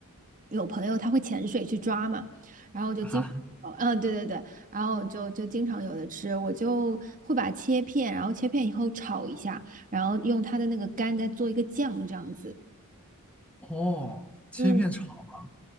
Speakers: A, on the right (about 35°); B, in the centre.
A: 有朋友他会潜水去抓嘛，然后就经哦嗯对对对，
B: 哈，
A: 然后就就经常有的吃，我就会把它切片，然后切片以后炒一下，然后用它的那个干再做一个酱这样子。
B: 哦，切片炒吗？
A: 嗯。